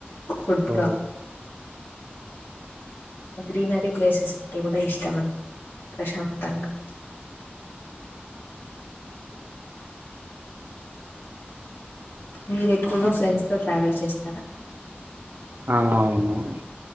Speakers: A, on the left; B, on the right.
A: ఫుడ్
B: ఓ
A: గా గ్రీనరీ ప్లేసెస్ అంటే కూడా ఇష్టం అండి ప్రశాంతంగా మీరు ఎక్కువగా ఫ్రెండ్స్ తో ట్రావెల్ చేస్తా
B: ఆ అవునవును